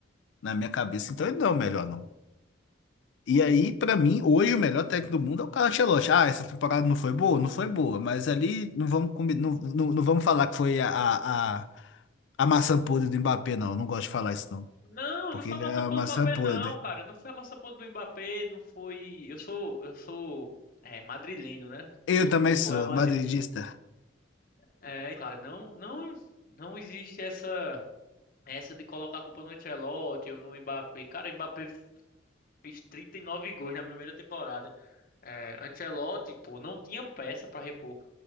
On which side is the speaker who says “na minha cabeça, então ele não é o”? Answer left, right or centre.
Left